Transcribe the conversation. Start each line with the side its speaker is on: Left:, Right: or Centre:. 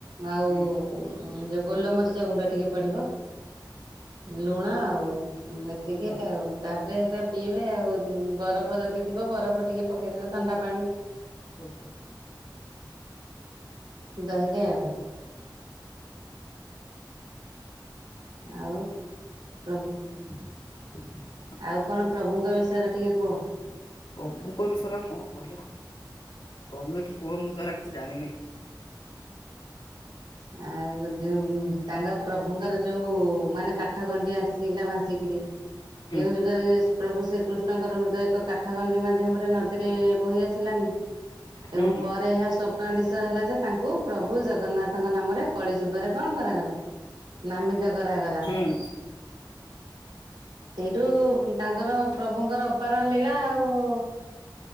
Right: ଆଉ
Left: ହୁଁ
Right: ଯଉ ଗୋଲମରିଚ ଗୁଣ୍ଡ ଟିକେ ପଡ଼ିବ, ଲୁଣ ଆଉ। ଏତିକି
Left: ଓହୋ
Right: ଆଉ, ତାପରେ ହେରା ପିଇବେ ଆଉ ବରଫ ଯଦି ଥିବ, ବରଫ ଟିକେ ପକେଇଦେବେ, ଥଣ୍ଡା ପାଣି
Left: ଓହୋ।
Right: ଦହିରେ ଆଉ। ଆଉ ପ୍ରଭୁ
Left: <inaudible>
Right: ଆଉ କଣ ପ୍ରଭୁଙ୍କ ବିଷୟରେ ଟିକେ କୁହ?
Left: ପ୍ରଭୁଙ୍କ ବିଷୟରେ ଆଉ କଣ କହିବା? ତୋମେ କୁହ ମୁଁ ତ ସେରା କିଛି ଜାଣିନି।
Right: ଆଉ ଯୋଉ ତାଙ୍କ ପ୍ରଭୁଙ୍କର ଯୋଉ ମାନେ କାଠ ଗଣ୍ଡି ଆସିଲା ଭାସିକିରି।
Left: <inaudible>
Right: କେଉଁ ଯୁଗରେ ପ୍ରଭୁ ଶ୍ରୀକୃଷ୍ଣଙ୍କର ହୃଦୟ ଏକ କାଠଗଣ୍ଡି ମାଧ୍ୟମରେ ନଦୀରେ ବହି ଆସିଲାନି।
Left: ହୁଁ
Right: ଏବଂ
Left: ହୁଁ
Right: ପରେ ଏହା ସ୍ୱପ୍ନାଦିଶ ହେଲା ଯେ, ତାଙ୍କୁ ପ୍ରଭୁ ଜଗନ୍ନାଥ ତାଙ୍କ ନାମରେ କଳି ଯୁଗରେ କଣ କରାଗଲା, ନାମିତ କରାଗଲା।
Left: ହଁ।
Right: ସେଇଠୁ, ତାଙ୍କର ପ୍ରଭୁଙ୍କର ଅପାର ଲୀଳା ଆଉ।